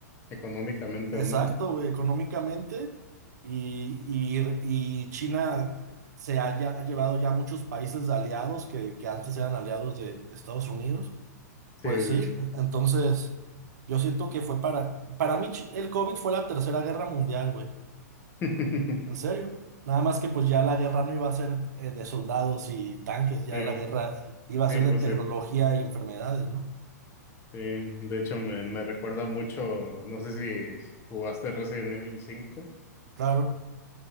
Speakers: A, on the left; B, on the right.
A: Económicamente,
B: Exacto,
A: ¿no?
B: güey, económicamente y, y- y China se ha, ya- ha llevado ya muchos países de aliados que, que antes eran aliados de, de Estados Unidos. Pues
A: Sí, sí.
B: sí, entonces yo siento que fue para, para mí Chi- el COVID fue la tercera guerra mundial, güey,
A: <laughs>
B: en serio. Nada más que pues ya la guerra no iba a ser eh, de soldados y tanques, ya
A: Sí,
B: la guerra iba a
A: sí,
B: ser
A: pues
B: de tecnología
A: sí.
B: y enfermedades, ¿no?
A: Sí, de hecho me, me recuerda mucho, no sé si si jugaste Resident Evil cinco
B: Claro,